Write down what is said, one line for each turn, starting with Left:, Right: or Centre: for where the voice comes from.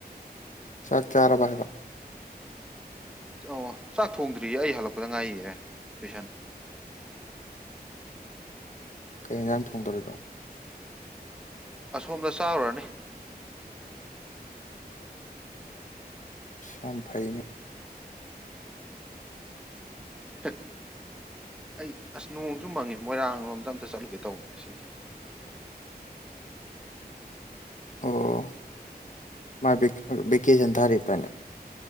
Left: ꯆꯥꯛ ꯆꯥꯔꯕ ꯍꯥꯏꯕ
Centre: ꯑꯣ ꯆꯥꯛ ꯊꯣꯡꯗ꯭ꯔꯤꯌꯦ ꯑꯩ ꯍꯜꯂꯛꯄꯗ ꯉꯥꯏꯔꯤꯌꯦ ꯇꯨꯏꯁꯟ
Left: ꯀꯩ ꯌꯦꯟꯖꯥꯡ ꯊꯣꯡꯗꯣꯔꯤꯕꯥ
Centre: ꯑꯁꯣꯝꯗ ꯆꯥꯔꯨꯔꯅꯤ
Left: ꯌꯥꯝ ꯐꯩꯌꯦꯅꯦ
Centre: ꯍꯥ ꯑꯩ ꯑꯁ ꯅꯣꯡꯁꯨ ꯃꯪꯉꯤ ꯃꯣꯏꯔꯥꯡꯂꯣꯝꯗ ꯑꯝꯇ ꯆꯠꯂꯨꯒꯦ ꯇꯧꯕꯅꯤ ꯉꯁꯤꯁꯦ
Left: ꯑꯣ ꯃꯥꯗꯤ ꯕꯀꯁꯟ ꯊꯔꯕꯥꯗꯥꯏꯅꯦ